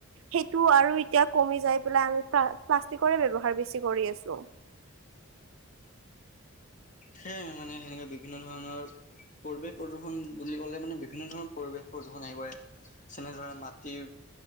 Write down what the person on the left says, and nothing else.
সেয়ে, মানে হেনেকে বিভিন্ন ধৰণৰ পৰিৱেশ প্ৰদূষণ বুলি ক'লে মানে বিভিন্ন ধৰণৰ পৰিৱেশ প্ৰদূষণ আহি পৰে। যেনে ধৰা, মাটিৰ